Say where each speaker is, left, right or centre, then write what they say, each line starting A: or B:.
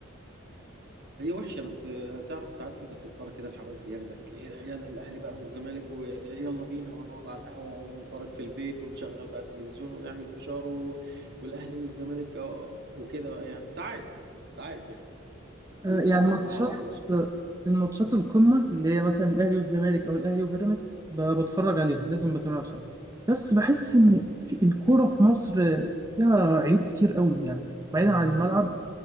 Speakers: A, on the right; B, on the right.
A: هي وحشه بس آه، تعرف ساعات انت بتتفرج كده الحماس بياخدك ايه ده، يا ده الاهلي بقى والزمالك ويلا بينا وهنقعد على القهوه ونتفرج في البيت ونشغل بقى التلفزيون ونعمل فشار و... والاهلي والزمالك آه، وكده بقى يعني ساعات ساعات يعني بيبقى
B: يعني
A: الموضوع
B: ماتشات
A: ماشي كده
B: آه، الماتشات القمه اللي هي مثلا الاهلي والزمالك او الاهلي وبيراميدز ب- بتفرج عليها لازم بتابعها بصراحه بس بحس ان
A: مم.
B: في الكره في مصر آه، فيها عيوب كتير قوي يعني بعيدا عن الملعب